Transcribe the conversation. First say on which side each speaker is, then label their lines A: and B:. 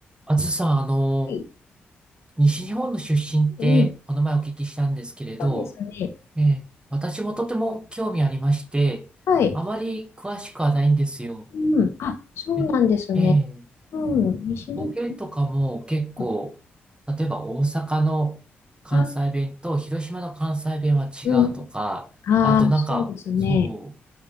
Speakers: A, on the right; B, on the left.
A: あずさん、あの、
B: はい。
A: 西日本の出身って、
B: うん。
A: この前お聞きしたんですけれど、
B: そうですね。
A: ええ、私もとても興味ありまして、
B: はい。
A: あまり詳しくはないんですよ。
B: うん。あ、そうなんですね。
A: え、ええ、
B: うん。西日
A: 方言とかも結構、
B: 本。
A: 例えば大阪の関西弁と広島の関西弁は違うとか、
B: あ、うん。ああ、
A: あとなんか、
B: そうですね。
A: そ